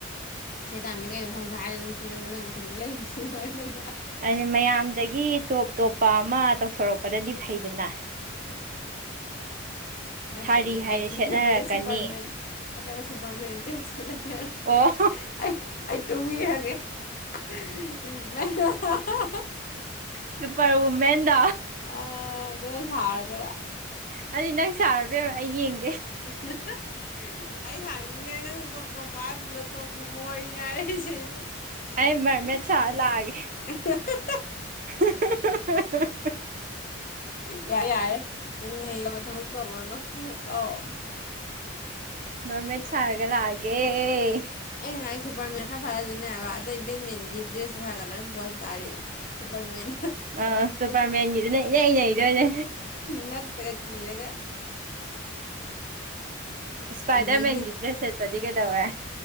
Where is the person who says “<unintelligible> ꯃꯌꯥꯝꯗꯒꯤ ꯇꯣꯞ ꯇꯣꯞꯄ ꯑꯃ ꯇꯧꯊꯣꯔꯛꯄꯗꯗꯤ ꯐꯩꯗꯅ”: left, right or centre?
Right